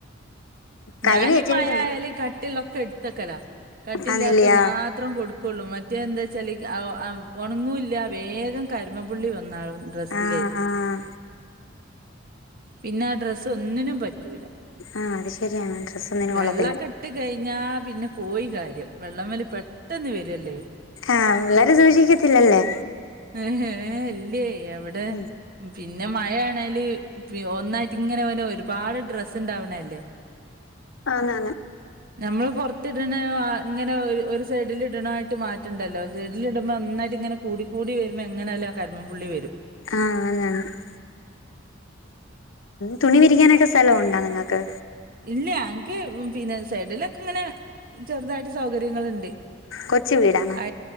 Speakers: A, on the right; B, on the left.
A: ഞാനീ
B: കഴുവി വെച്ചിരിക്കുന്നു
A: മഴ ആയാല് കട്ടീളെളാക്കെ എടുത്തിക്കലാ കട്ടില്ലാത്ത
B: ആന്നില്ലിയോ
A: മാത്രം കൊടു ക്കുള്ളൂ മറ്റേ എന്താ വച്ചാല് ആഹ് ആഹ് ഒണങ്ങൂല്ല വേഗം കരിമ്പൻപുള്ളി വക്കും ഇന്നാളും ഡ്രസിലെ
B: ആഹ് ആഹ്
A: പിന്നെ ആ ഡ്രസ്സ് ഒന്നിനും പറ്റ് റ്റൂലാ
B: ആഹ് അത് ശരിയാണ് ഡ്രസ്സ് ഒന്നിനും
A: വെള്ളക്കെട്ട്
B: കൊള്ളത്തില്ല
A: കഴിഞ്ഞാ പിന്നെ പോയി കാര്യം വെള്ളംവലി പെട്ടെന്ന് വരുവല്ലേ
B: ആഹ് പിള്ളേര് സൂക്ഷിക്കത്തില്ലല്ലേ
A: ഏഹ് ഇല്ലേ എവിടെ
B: ഉം
A: പിന്നെ മഴയാണല് ഒന്നായിട്ട് ഇങ്ങനെ പോനെ ഒരുപാട് ഡ്രസ് ണ്ടാവണല്ലേ
B: ആന്നന്ന്
A: നമ്മള് പുറത്തിടണ ഇങ്ങനെ ഒരു സൈഡിൽ ഇടണായിട്ട് മാറ്റണ്ടല്ലോ സൈഡിൽ ഇടുമ്പോൾ ന്നായിട്ട് ഇങ്ങനെ കൂടി കൂടി വരുമ്പോ എങ്ങനാലും ആ കർമ്മം പുള്ളി വരും
B: ആഹ് <unintelligible> തുണി വിരിക്കാനൊക്കെ സ്ഥലംണ്ടാ നിങ്ങൾക്ക്
A: ഇല്ല അൻക്ക് പിന്നെ സൈഡിലൊക്കെ ഇങ്ങനെ ചെറുതായിട്ട് സൗകര്യങ്ങളുണ്ട്
B: കൊച്ചു വീടാണോ
A: ആ